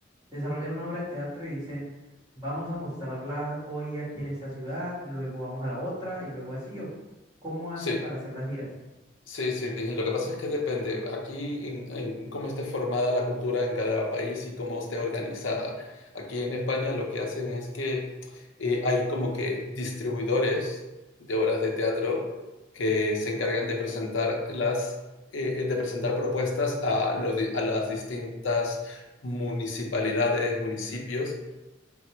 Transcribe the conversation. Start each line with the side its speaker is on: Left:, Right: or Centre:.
Right: Desarrollan una obra de teatro y dicen, vamos a mostrarla hoy aquí en esta ciudad, luego vamos a la otra y luego así, ¿o cómo hacen
Left: sí,
Right: para hacer las giras?
Left: sí, sí. Lo que pasa es que depende aquí en, en cómo esté formada la cultura en cada país y cómo esté organizada. Aquí en España lo que hacen es que eh, hay como que distribuidores de obras de teatro que se encargan de presentar las, eh, de presentar propuestas a, los di- a las distintas municipalidades, municipios